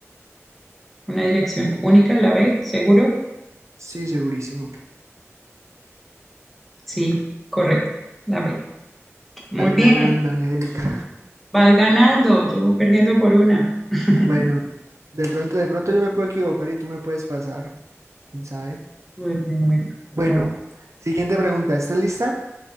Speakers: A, in the centre; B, on the right.
A: Una dirección única, la B, ¿seguro?
B: Sí, segurísimo.
A: Sí, correcto, la B.
B: Estoy
A: Muy bien,
B: ganando, Angélica.
A: vas ganando, yo voy perdiendo por una. <laughs>
B: Bueno, de pronto, de pronto yo me puedo equivocar y tú me puedes pasar. ¿Quién sabe?
A: Bueno, bueno,
B: Bueno,
A: vamos,
B: siguiente pregunta. ¿Estás lista?